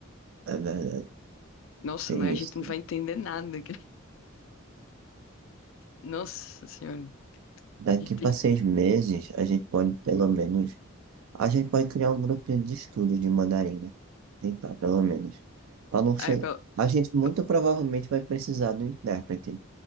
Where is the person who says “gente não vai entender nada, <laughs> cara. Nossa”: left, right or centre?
Left